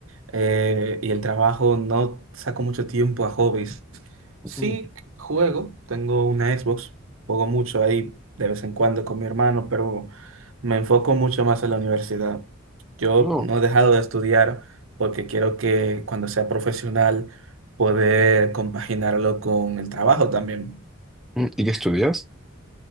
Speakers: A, on the right (about 75°); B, in the centre.
A: eh, y el trabajo, no saco mucho tiempo a hobbies.
B: Mm,
A: Sí, juego, tengo una Xbox, juego mucho ahí de vez en cuando con mi hermano, pero me enfoco mucho más en la universidad. Yo
B: No.
A: no he dejado de estudiar porque quiero que cuando sea profesional poder compaginarlo con el trabajo también.
B: Mm, ¿Y qué estudias?